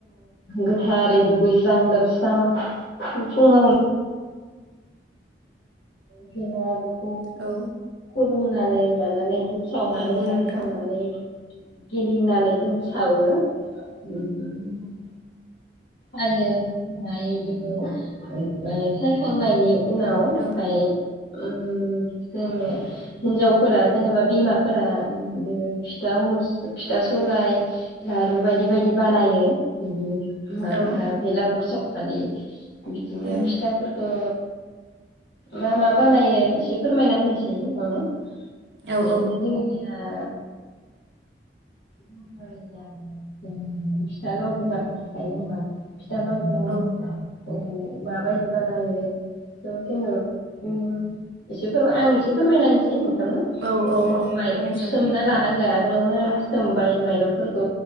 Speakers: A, on the left; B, on the right.
A: गोथारै दुगैस्रां लोबस्रां फुङावनो भेलागुर
B: औ।
A: हमनानै लानानै इखो सावनानै
B: नंगौ
A: साथि
B: नोंथां
A: सावनानै गिदिंनानै जों सावो। <unintelligible> औ ओमफ्राय सायखांनायनि उनाव
B: औ
A: हाय ओ जोङो हिनजावफोरा जेनेबा बिमाफोरा बिदिनो फिथा अनुस फिथा सौराइ लारु बायदि बायदि बानायो बिनो। माबा
B: औ
A: भेलागुर साव खालि बिदिनो
B: उम
A: फिथाफोरखो मा मा बानायो एसे फोरमायना होनोसै नोंनो
B: औ
A: बिदिनो
B: औ
A: जोंनिया आ <unintelligible> फिथा लावदुमाथ' थाखायो होमबा? फिथा लावदुम
B: औ
A: औ माबायदि बानायो थ' जोङो उम एसे फोर आं एसे फोरमायना होनोसै नोंथांनो
B: औ
A: जोङो
B: औ औ
A: माइरंखौ
B: फोरमायजागोन
A: सोमना लानांगो आ उनावनो सोमबाय माइरंफोरखौ